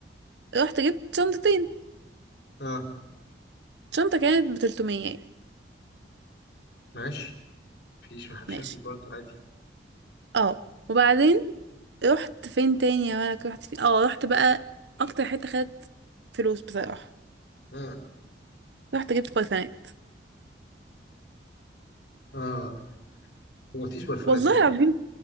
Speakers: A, on the right (about 75°); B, on the left (about 65°).
A: رحت جبت شنطتين
B: اه
A: شنطة كانت بتلتمية
B: ماشي مفيش مشاكل
A: ماشي
B: برضه عادي
A: اه وبعدين رحت فين تاني يا مالك رحت فين اه رحت بقى اكتر حته خدت فلوس بصراحه
B: اه
A: رحت جبت برفانات
B: اه ما قلتيش برفانات
A: والله
B: دي في الاول
A: العظيم